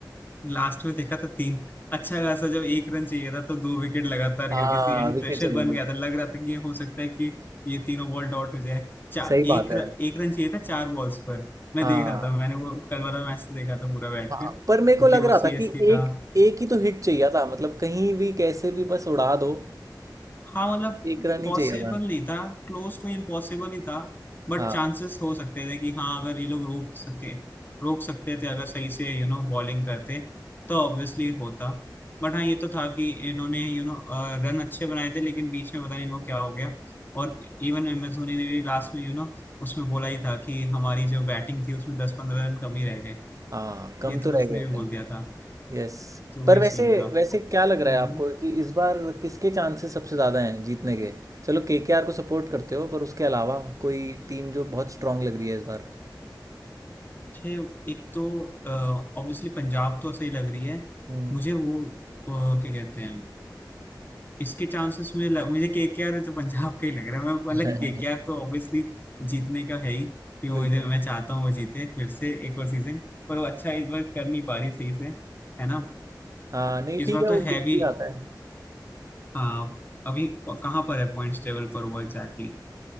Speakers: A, on the left; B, on the right.
A: लास्ट में देखा था तीन अच्छा खासा जब एक रन चाहिए था तो दो विकेट लगातार
B: हाँ
A: गिर गई थी एंड
B: विकेट
A: प्रेशर
B: चली
A: बन
B: गई
A: गया था लग रहा था कि ये हो सकता है कि ये तीनों बॉल डॉट हो जाए चार
B: सही बात
A: एक
B: है
A: र- एक रन चाहिए था चार बॉल्स पर मैं
B: हाँ
A: देख रहा था मैंने वो कल वाला मैच तो देखा था पूरा बैठ
B: हाँ
A: कर क्योंकि
B: पर मेरे को लग
A: वो
B: रहा
A: सीएसके
B: था कि
A: का
B: एक एक ही तो हिट चाहिए था मतलब कहीं भी कैसे भी बस उड़ा दो
A: हाँ मतलब
B: एक रन ही
A: पॉसिबल
B: चाहिए था
A: नहीं था क्लोज टू इम्पॉसिबल ही था बट
B: हाँ
A: चांसेस हो सकते थे कि हाँ अगर ये लोग रोक सके रोक सकते थे अगर सही से यू नो बॉलिंग करते तो ऑब्वियसली होता बट हाँ ये तो था कि इन्होंने यू नो रन अच्छे बनाए थे लेकिन बीच में पता नहीं इनको क्या हो गया और इवन एम एस धोनी ने भी लास्ट में यू नो उसमें बोला ही था कि हमारी जो बैटिंग थी उसमें दस पंद्रह रन कम ही रह गए
B: हाँ कम
A: ये तो
B: तो रह
A: उसने
B: गए
A: भी
B: थे
A: बोल दिया था
B: यस
A: तो वही
B: पर वैसे
A: सीन था
B: वैसे
A: हम्म
B: क्या लग रहा है आपको कि इस बार किसके चांसेस सबसे ज़्यादा हैं जीतने के चलो केकेआर को सपोर्ट करते हो पर उसके अलावा कोई टीम जो बहुत स्ट्रांग लग रही है इस बार
A: मुझे एक तो ऑब्वियसली पंजाब तो सही लग रही है
B: हम्म।
A: मुझे वो अ, क्या कहते हैं इसके चांसेस मुझे लग, मुझे केकेआर तो पंजाब का ही लग रहा है मैं मतलब
B: <laughs>
A: केकेआर तो ऑब्वियसली जीतने का है ही कि वो
B: बिल्कुल
A: मुझे मैं चाहता हूँ वो जीते फिर से एक और सीजन पर वो अच्छा इस बार कर नहीं पा रही सही से है ना
B: हाँ नहीं
A: इस
B: ठीक
A: बार
B: है
A: तो
B: वो
A: है
B: डिप
A: भी
B: भी आता है
A: हाँ अभी प- कहाँ पर है पॉइंट्स टेबल पर वो एग्जैक्टली